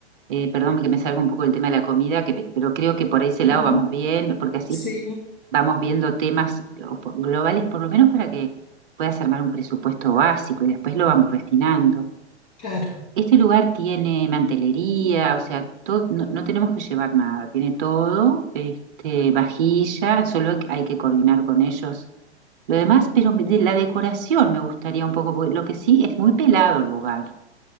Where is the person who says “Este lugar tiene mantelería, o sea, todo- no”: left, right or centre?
Right